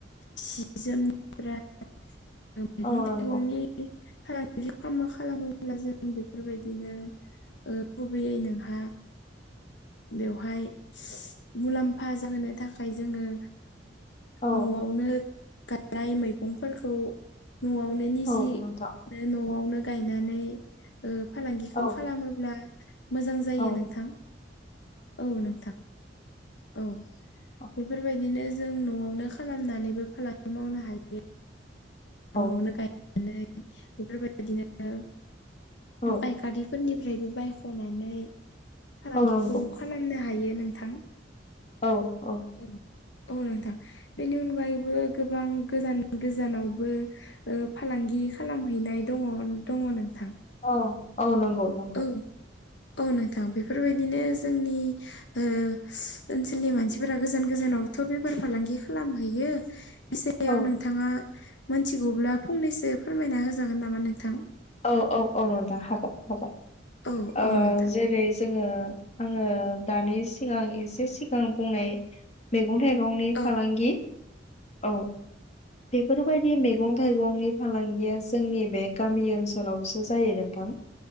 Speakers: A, on the left; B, on the left.
A: सि जोमनिफ्राय मैगं
B: औ
A: थाइगंनि
B: नंगौ
A: फालांगि खालामा खालामोब्ला जों बेफोरबायदिनो गुबैयै नोंहा बेवहाय मुलाम्फा जाहोनो थाखाय जोङो
B: औ
A: न'आवनो गायनाय मैगंफोरखौ न'आवनो निजे
B: औ नोंथां
A: न'आवनो गायनानै फालांगिखौ
B: औ
A: खालामोब्ला मोजां जायो
B: औ
A: नोंथां औ नोंथां औ
B: औ
A: बेफोरबायदिनो जों न'आवनो खालामनानैबो फालांगि मावनो हायो
B: औ
A: न'आवनो गाय बिदिनो
B: औ
A: फायखारिफोरनिफ्रायबो बायख'नानै फालांगिखौ
B: औ नंगौ
A: खालामनो हायो नोंथां
B: औ औ
A: औ औ नोंथां बेनि अनगायैबो गोबां गोजान गोजानावबो फालांगि खालामहैनाय दङ दङ नोंथां
B: औ औ नंगौ नंगौ
A: औ औ नोंथां बेफोरबायदिनो जोंनि
B: <inaudible>
A: ओ ओनसोलनि मानसिफोरा गोजान गोजानावथ' बेफार फालांगि खालामहैयो बि सायाव
B: औ
A: नोंथाङा मोनथिगौब्ला फंनैसो फोरमायना होजागोन नामा नोंथां
B: औ औ औ नोंथां हागोन हागोन
A: औ
B: ओ
A: औ नोंथां
B: जेरै जोङो आङो दानि सिगां एसे सिगां बुंनाय मैगं थाइगंनि
A: औ
B: फालांगि औ बेफोरबायदि मैगं थाइगंनि फालांगिया जोंनि बे गामि ओनसोल लावसो जायो नोंथां